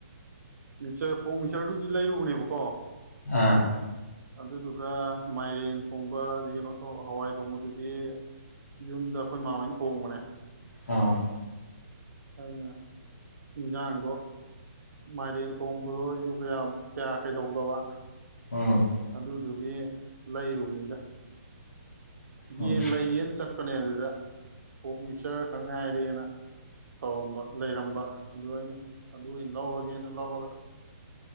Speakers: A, on the right (about 90°); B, on the left (about 75°).
A: ꯃꯤꯆꯔ ꯄꯣꯛ ꯃꯤꯆꯔꯗꯨꯗꯤ ꯂꯩꯔꯨꯕꯅꯦꯕꯀꯣ
B: ꯑꯝ
A: ꯑꯗꯨꯗꯨꯒ ꯃꯥꯏꯔꯦꯟ ꯊꯣꯡꯕ ꯑꯗꯩ ꯀꯩꯅꯣ ꯍꯋꯥꯏ ꯊꯣꯡꯕꯗꯨꯗꯤ ꯌꯨꯝꯗ ꯑꯩꯈꯣꯏ ꯃꯥ ꯍꯣꯏꯅ ꯊꯣꯡꯕꯅꯦ
B: ꯑꯝ
A: ꯑꯗꯨꯅ ꯏꯟꯁꯥꯡꯗꯣ ꯃꯥꯏꯔꯦꯟ ꯊꯣꯡꯕꯗꯣ ꯑꯩꯁꯨ ꯀꯌꯥ ꯀꯌꯥ ꯀꯩꯗꯧꯗꯕ
B: ꯎꯝ
A: ꯑꯗꯨꯗꯨꯒꯤ ꯂꯩꯔꯨꯕꯅꯤꯗ ꯌꯦꯟ
B: ꯎꯝ
A: ꯂꯩꯒꯦꯅ ꯆꯠꯄꯅꯦ ꯑꯗꯨꯗ ꯑꯣꯛ ꯃꯤꯛꯆꯔ ꯈꯛ ꯉꯥꯏꯔꯦꯅ ꯇꯧꯔꯝꯕ ꯂꯩꯔꯝꯕ ꯑꯗꯨ ꯑꯩꯅ ꯑꯗꯨ ꯑꯣꯏꯅ ꯂꯧꯔꯒꯦꯅ ꯂꯧꯔꯒ